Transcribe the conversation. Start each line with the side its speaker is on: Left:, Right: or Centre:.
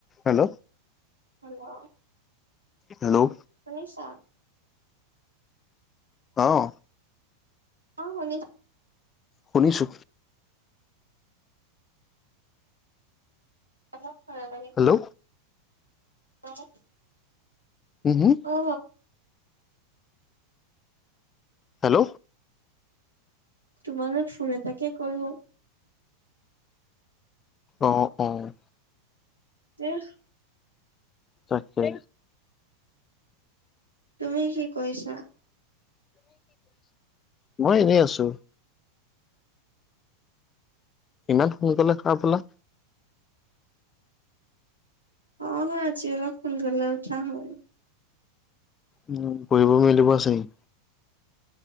Left: Hello
Right: hello
Left: hello
Right: শুনিছা
Left: অ
Right: অ শুনি
Left: শুনিছো
Right: অলপ খৰা দাহি
Left: হেল্ল'
Right: কৰো <unintelligible>
Left: উম উম
Right: অ
Left: হেল্ল।
Right: তোমালে ফোন এটাকে কৰো।
Left: অ, অ।
Right: উ <unintelligible>
Left: তাকে।
Right: তুমি কি কৰিছা?
Left: মই এনেই আছোঁ। ইমান সোনকালে সাৰ পালা?
Right: অ', হয় আজি অলপ সোন কালে উঠা হল।
Left: উম, পঢ়িব মেলিব আছে নেকি?